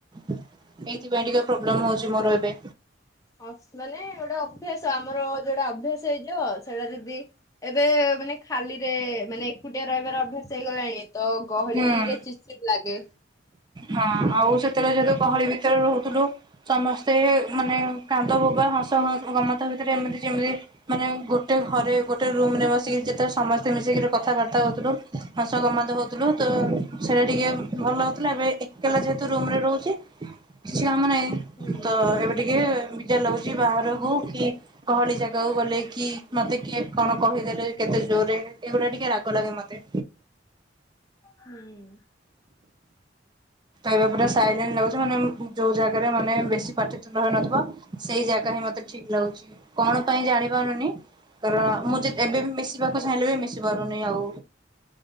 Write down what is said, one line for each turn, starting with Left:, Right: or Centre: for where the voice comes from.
Right: ଏଇଥିପାଇଁ ଟିକେ ପ୍ରୋବ୍ଲେମ୍ ହଉଛି ମୋର ଏବେ।
Left: ଅସ୍ ମାନେ ଗୋଟେ ଅଭ୍ୟାସ ଆମର ଯୋଉଟା ଅଭ୍ୟାସ ହେଇଯିବ ସେଇଟା ଯଦି ଏବେ ମାନେ ଖାଲିରେ ମାନେ ଏକୁଟିଆ ରହିବାର ଅଭ୍ୟାସ ହେଇଗଲାଣି ତ ଗହଳିରେ
Right: ହୁଁ।
Left: ଚି ଚିଡ଼୍ ଲାଗେ।
Right: ହଁ ଆଉ ସେତେଳେ ଯେହେତୁ ଗହଳି ଭିତରେ ରହୁଥୁଲୁ ସମସ୍ତେ ମାନେ କାନ୍ଦ ବୋବା ହଁସ ହଁ ଗମତ ଭିତରେ ଏମିତି ଯେମିତି ମାନେ ଗୋଟେ ଘରେ ଗୋଟେ ରୁମ୍ ରେ ବସିକି ଯେତେବେଳେ ସମସ୍ତେ ମିଶିକିରି କଥାବାର୍ତ୍ତା ହଉଥିଲୁ ହସ ପ୍ରମାଦ ହଉଥୁଲୁ ତ ସେଇଟା ଟିକେ ଭଲ ଲାଗୁଥିଲା ଏବେ ଏ କେଲା ଯେହେତୁ ରୁମ୍ ରେ ରହୁଛି, କିଛି କାମ ନାହିଁ
Left: ହୁଁ।
Right: ତ ଏବେ ଟିକିଏ ବିଜାର ଲାଗୁଚି ବାହାରକୁ କି ଗହଳି ଜାଗାକୁ ଗଲେ କି ମତେ କିଏ କଣ କହିଦେଲେ କେତେ ଜୋରରେ ଏଇଗୁଡା ଟିକେ ରାଗ ଲାଗେ ମତେ।
Left: ହୁଁ।
Right: ଏବେ ପୁରା ସାଇଲେଣ୍ଟ ଲାଗୁଚି ମାନେ ମ୍ ଯୋଉ ଜାଗାରେ ମାନେ ବେଶୀ ପାଟି ତୁଣ୍ଡ ହେଇନଥିବ ସେଇ ଜାଗା ହିଁ ମତେ ଠିକ ଲାଗୁଚି। କଣ ପାଇଁ ଜାଣି ପାରୁନି କାରଣ ମୁଁ ଯଦି ଏବେ ବି ମିଶିବାକୁ ଚାହିଁଲେ ବି ମିଶି ପାରୁନି ଆଉ।